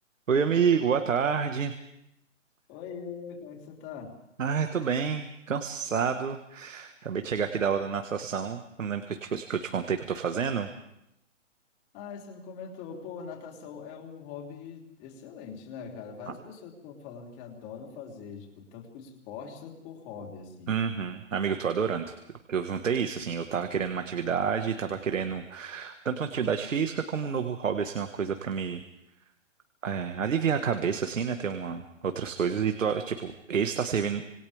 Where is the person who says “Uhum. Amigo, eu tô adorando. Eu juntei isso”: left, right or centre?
Right